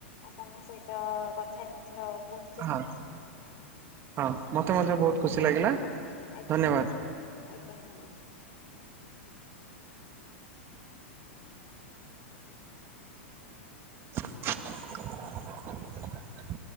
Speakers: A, on the left; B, on the right.
A: ଆପଣଙ୍କ ସହିତ କଥା ହେଇ ମଧ୍ୟ ବହୁତ୍
B: ହଁ, ହଁ ମୋତେ ମଧ୍ୟ ବହୁତ ଖୁସି ଲାଗିଲା।
A: ଆଜ୍ଞା,
B: ଧନ୍ୟବାଦ।
A: ଆଜ୍ଞା ଧନ୍ଯ
B: <inaudible>